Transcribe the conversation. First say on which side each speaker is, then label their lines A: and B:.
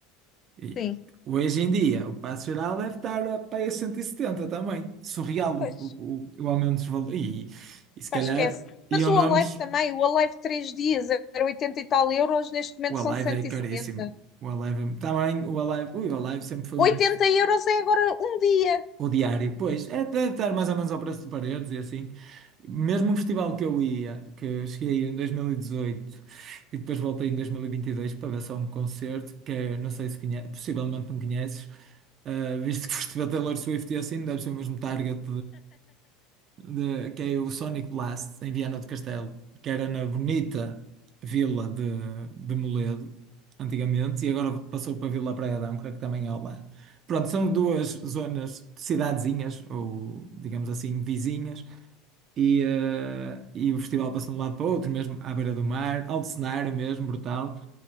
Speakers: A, on the right; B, on the left.
A: E
B: Sim.
A: hoje em dia, o passo Geral deve estar a- para aí a 170 também. Surreal
B: Pois,
A: o, o, o aumento dos valores. E, e se
B: pá,
A: calhar
B: esquece. Mas
A: iam
B: o
A: nomes.
B: Alive também, o Alive 3 dias era 80 e tal euros, neste momento
A: O
B: são
A: Alive
B: cento
A: é caríssimo.
B: e setenta
A: O Alive é- também. O Alive. Ui, o Alive sempre foi um.
B: 80 euros é agora um dia.
A: O diário, pois, é, deve estar mais ou menos ao preço de paredes e assim. Mesmo um festival que eu ia, que cheguei a ir em 2018 e dezoito e depois voltei em 2022 para ver só um concerto, que é, não sei se conheces, possivelmente não conheces, ah, visto que foste ver Taylor Swift e assim, deve ser o mesmo target de- que é o Sonic Blast, em Viana do Castelo, que era na bonita vila de, de Moledo, antigamente, e agora passou para a Vila Praia de Âncora, que também é ao lado. Pronto, são duas zonas, cidadezinhas, ou digamos assim, vizinhas, e, eh, e o festival passa de um lado para o outro, mesmo à beira do mar, alto cenário mesmo, brutal.